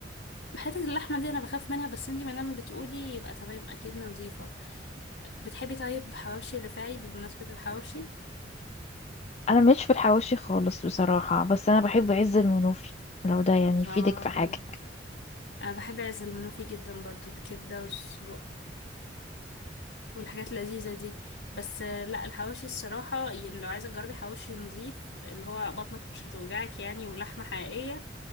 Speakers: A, on the left; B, on the left.
A: حتة اللحمة دي أنا بخاف منها بس انتي مادام بتقولي يبقى تمام أكيد نظيفة بتحبي طيب حواوشي الرفاعي بمناسبة الحواوشي
B: انا مش في الحواوشي خالص بصراحة بس انا بحب عز المنوفي لو ده يعني يفيدك
A: اه
B: في حاجة
A: أنا بحب عز المنوفي جدا برضو الكبدة والسجق والحاجات اللذيذة دي بس آه، لا الحواوشي الصراحة يعني لو عايزة تجربي حواوشي نظيف اللي هو بطنك مش هتوجعك يعني ولحمة حقيقية